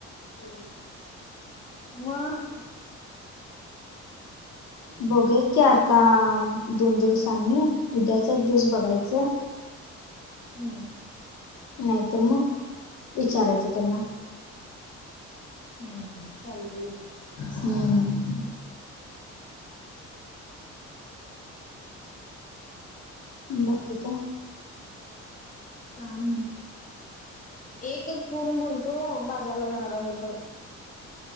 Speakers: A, on the left (about 25°); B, on the left (about 65°).
A: म हम्म
B: बघूयात की आता दोन दिवसांनी उद्याच दिवस बघायचं
A: हम्म.
B: नाहीतर मग विचारायचं त्यांना.
A: हम्म हम् चालत. <unintelligible>
B: हम्म <inaudible> बाकी काय
A: काय नाही एकच फोन बोलतो बाजारला जाणारा मी पण